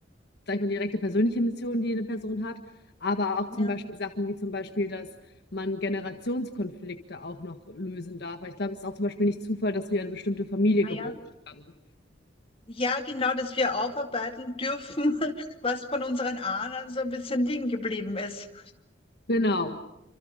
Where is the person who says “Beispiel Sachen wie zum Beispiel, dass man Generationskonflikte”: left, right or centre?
Left